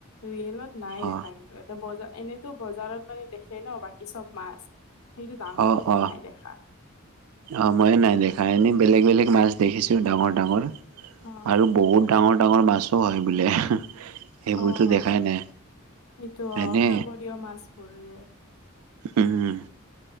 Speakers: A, on the left; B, on the right.
A: ৰিয়েলত নাই
B: অ
A: দেখা কিন্তু। বজাৰ এনেতো বজাৰত মানে দেখে ন বাকী চব মাছ। সেইটো ডাঙৰটো
B: অ
A: মই
B: অ
A: নাই দেখা।
B: অ' ময়ো নাই দেখা, এনেই বেলেগ বেলেগ মাছ দেখিছো ডাঙৰ ডাঙৰ।
A: অ
B: আৰু বহুত ডাঙৰ ডাঙৰ মাছো হয় বোলে। সেইবোৰতো
A: অ'
B: দেখাই
A: সেইটো
B: নাই।
A: অ'
B: এনে
A: সাগৰীয় মাছবোৰ যে
B: উম